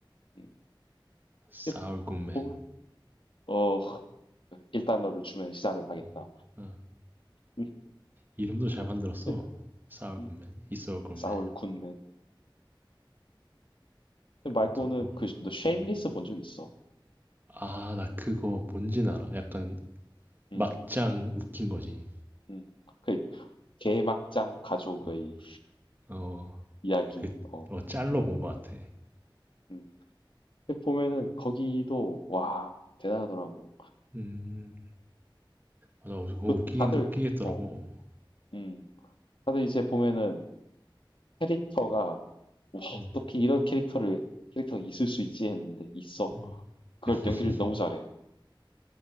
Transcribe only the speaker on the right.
사울
굿맨.
어, 어.
이름도 잘 만들었어.
Sourgreatman,
i s o u g m
a n
이것도 뭐.
음.
아, 나 그거 뭔진 알아. 약간 막장
웃긴 거지.
어, 어,
그,
어, 짤로 본 것 같아.
음, 맞아. 어, 그거
웃기긴,
웃기겠더라고.
음,
음.
<laughs>